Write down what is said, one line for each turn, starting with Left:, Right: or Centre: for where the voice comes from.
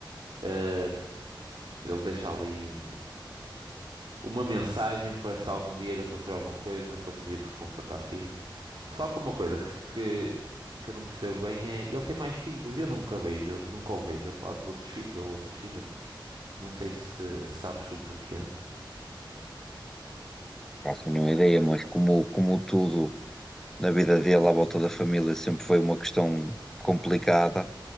Right: Eh, ele deixa ali um- uma mensagem para se algum dia lhe acontecer alguma coisa, para servir de reconforto à filha. Só que uma coisa que, que eu não percebo bem é ele tem mais filhos. e Eu nunca vejo, nunca o vejo a falar dos outros filhos ou outras filhas. Não sei se sabes o porquê.
Centre: faço a mínima ideia, mas como, como tudo na vida dele, à volta da família, sempre foi uma questão complicada,